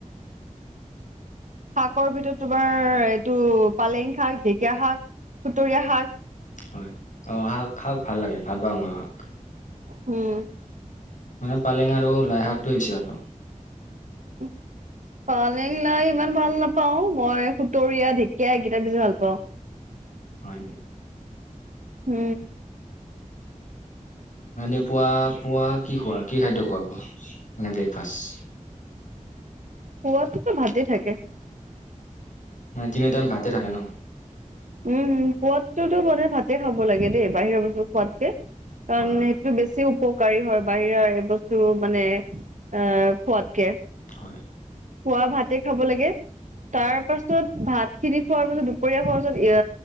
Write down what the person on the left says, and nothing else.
হয় অঁ শাক শাক ভাল লাগে ভাল পাওঁ ময়ো শাক
মানে পালেং আৰু লাই শাকটোৱে বেছি ভাল পাওঁ
হয়
এ পুৱা পুৱা কি খোৱা কি খাদ্য খোৱা পোৱা মানে ব্ৰেকফাষ্ট
মানে তিনিওটাইম ভাতে থাকে ন
হয়, হয়।
হয়